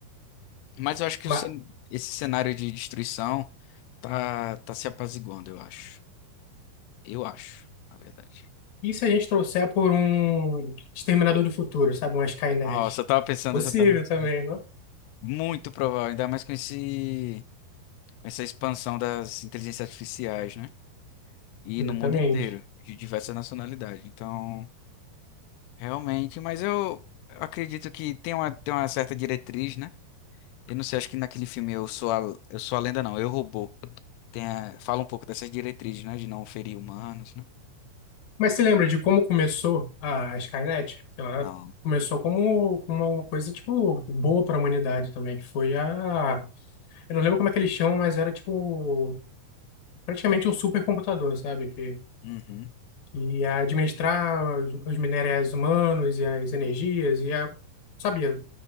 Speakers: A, on the left; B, on the left.
A: Mas eu acho que
B: Mas
A: o cen- esse cenário de destruição tá, tá se apaziguando, eu acho. Eu acho, na verdade.
B: e se a gente trouxer por um Exterminador do Futuro, sabe? Uma Skynet?
A: Nossa, eu tava pensando
B: Possível
A: exatamente.
B: também, não?
A: Muito provável, ainda mais com esse, com essa expansão das inteligências artificiais, né? E
B: Exatamente.
A: no mundo inteiro, de diversas nacionalidades. Então, realmente, mas eu acredito que tem uma, tem uma certa diretriz, né? Eu não sei, acho que naquele filme Eu Sou a, Eu Sou a Lenda, não, Eu Robô. Tem a- fala um pouco dessas diretrizes, né? De não ferir humanos, né?
B: Mas você lembra de como começou a a Skynet? Ela
A: Não.
B: começou como, como uma coisa, tipo, boa para a humanidade também, que foi a... Eu não lembro como é que eles chamam, mas era, tipo, praticamente um supercomputador, sabe? Que,
A: Uhum.
B: que ia administrar os, os minerais humanos e as energias, ia... Sabia,